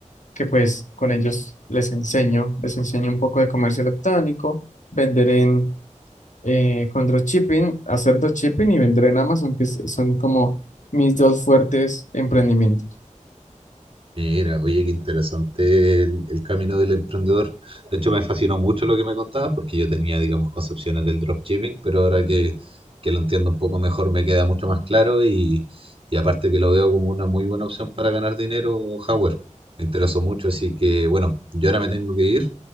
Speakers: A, on the left (about 70°); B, on the right (about 45°).
A: que pues con ellos les enseño, les enseño un poco de comercio electrónico, vender en, eh, con dropshipping, hacer dropshipping y vender en Amazon, que es- son como mis dos fuertes emprendimientos.
B: Mira, oye, qué interesante el, el camino del emprendedor. De hecho, me fascinó mucho lo que me contabas porque yo tenía, digamos, concepciones del dropshipping, pero ahora que, que lo entiendo un poco mejor me queda mucho más claro y, y aparte que lo veo como una muy buena opción para ganar dinero, Howard. Me interesó mucho, así que bueno, yo ahora me tengo que ir.